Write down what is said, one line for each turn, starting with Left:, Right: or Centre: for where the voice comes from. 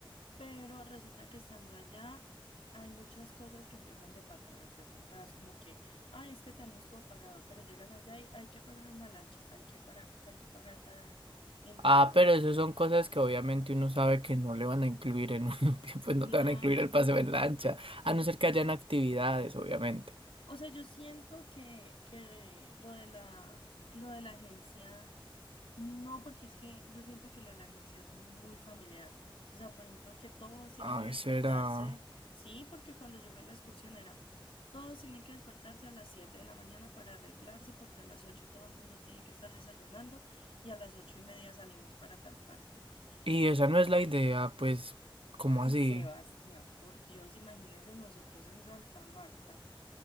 Left: pero resulta que estando allá hay muchas cosas que empiezan de para atrás, de para atrás, como que, ay, es que tenemos todo pagado, pero llegan allá y hay que pagar una lancha, hay que, para, hay que pagar tal entrada.
Right: Ah, pero eso son cosas que obviamente uno sabe que no le van a incluir en un, <laughs> pues no
Left: Cla-
Right: te van a incluir el paseo en lancha, a no ser que hayan actividades, obviamente.
Left: o sea, yo siento que, que lo de la, lo de la agencia No, porque es que yo siento que lo de la agencia es muy familiar. O sea, por ejemplo, que todos tienen
Right: Ay,
Left: que despertarse.
Right: será.
Left: Sí, porque cuando yo fui a la excursión era, todos tienen que despertarse a las 7 de la mañana para arreglarse, porque a las ocho todo el mundo tiene que estar desayunando y a las 8 y media salimos para tal parte.
Right: Y esa
Left: Y,
Right: no es la idea, pues, ¿cómo
Left: ay,
Right: así?
Left: Sebastián, por Dios, imagínense nosotros en Santa Marta,